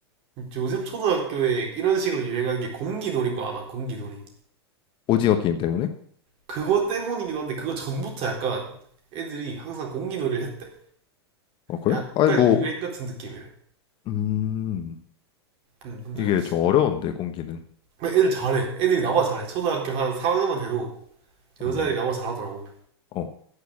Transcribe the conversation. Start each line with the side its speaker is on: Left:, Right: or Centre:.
Right: 요즘 초등학교에 이런 식으로 유행하는 게 공기놀이인 거 아나, 공기놀이.
Left: 오징어 게임 때문에?
Right: 그거 때문이기도 한데, 그거 전부터 약간 애들이 항상 공기놀이를 했대.
Left: 어, 그래?
Right: 약간
Left: 아니 뭐
Right: 유행 같은 느낌이래.
Left: 음.
Right: 응, 근데
Left: 이게 좀 어려운데 공기는.
Right: 애들 잘해. 애들이 나보다 잘해. 초등학교 한 3학년만 돼도 여자애들이
Left: 아,
Right: 나보다 잘하더라고.
Left: 어.